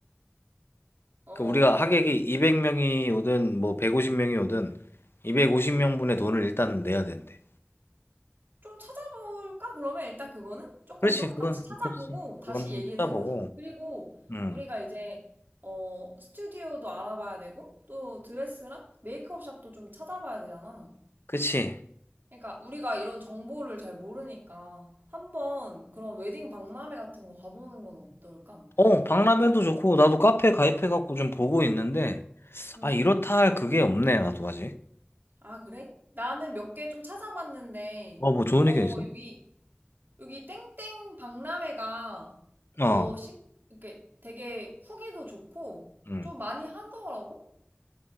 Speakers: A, on the right; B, on the left.
A: 어,
B: 그러니까 우리가 하객이 200명이 오든, 뭐, 150명이 오든, 250명분의 돈을 일단 내야 된대.
A: 좀 찾아볼까? 그러면 일단 그거는 조금
B: 그렇지,
A: 더
B: 그건,
A: 같이 찾아보고
B: 그렇지.
A: 다시
B: 그건 좀
A: 얘기를
B: 찾아보고,
A: 해보자. 그리고
B: 음,
A: 우리가 이제, 어, 스튜디오도 알아봐야 되고, 또 드레스랑 메이크업 샵도 좀 찾아봐야 되잖아.
B: 그치.
A: 그러니까 우리가 이런 정보를 잘 모르니까 한번 그런 웨딩 박람회 같은 거 가보는 건 어떨까?
B: 어, 박람회도 좋고, 나도 카페 가입해갖고 좀 보고 있는데,
A: 음.
B: 아, 이렇다 할 그게 없네, 나도 아직.
A: 아, 그래? 나는 몇 개 좀 찾아봤는데,
B: 어, 뭐 좋은
A: 어,
B: 의견 있어?
A: 여기, 여기 땡땡 박람회가,
B: 어.
A: 어, 심, 이렇게 되게 후기도 좋고,
B: 음.
A: 좀 많이 하더라고?